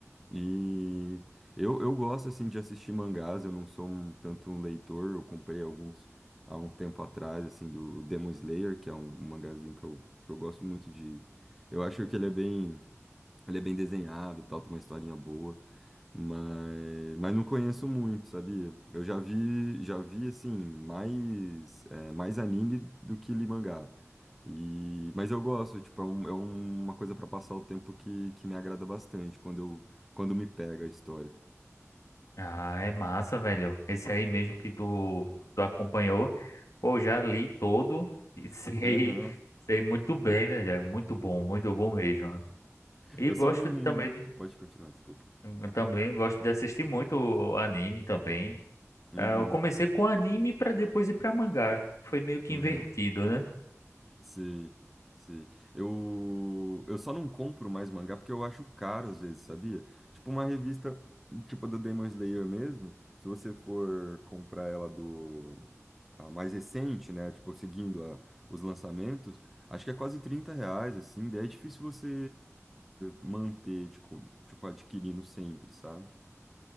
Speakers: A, in the centre; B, on the left.
A: E eu, eu gosto, assim, de assistir mangás, eu não sou um- tanto um leitor, eu comprei alguns há um tempo atrás, assim, do Demon Slayer, que é um, um mangazinho que eu, que eu gosto muito de... Eu acho que ele é bem... Ele é bem desenhado, tal, tem uma historinha boa, mas, mas não conheço muito, sabia? Eu já vi, já vi assim, mais, é, mais anime do que li mangá. E, mas eu gosto, tipo, é, um- é uma coisa para passar o tempo que, que me agrada bastante quando eu, quando me pega a história.
B: Ah, é massa, velho. Esse aí mesmo que tu, tu acompanhou. Pô, já li todo e <laughs> sei,
A: Aham.
B: sei muito bem, velho. É muito bom, muito bom mesmo. E
A: Eu
B: gosto
A: só não.
B: de- também,
A: Pode continuar, desculpa.
B: de- também gosto de assistir muito anime também.
A: Uhum,
B: Ah, Eu comecei com anime pra depois ir pra mangá. Foi meio que
A: uhum.
B: invertido, né?
A: Sim, sim. Eu, eu só não compro mais mangá porque eu acho caro às vezes, sabia? Tipo uma revista, tipo a do Demon Slayer mesmo, se você for comprar ela do a mais recente, né? Tipo, seguindo a- os lançamentos, acho que é quase 30 reais, assim, daí é difícil você manter, tipo, tipo, adquirindo sempre, sabe?